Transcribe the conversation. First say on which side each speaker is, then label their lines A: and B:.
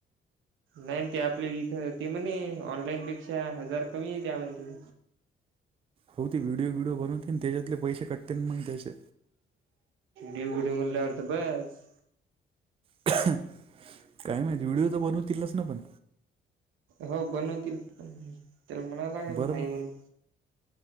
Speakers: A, on the right (about 80°); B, on the right (about 30°).
A: नाही ते आपल्याला इथं ते म्हणे ऑनलाईन पेक्षा हजार कमी आहे त्या म्हण त
B: होती व्हडिओ व्हिडिओ बनूनते त्याच्यातले पैसे कट्टते मग त्याचे
A: गिवगुडी म्हणल्याडत बस
B: काय माहित व्हिडिओ तर बनवतीलच ना पण
A: हो बनवतील पण त्याला म्हणायला लागेल
B: बरं
A: नाही म्हणून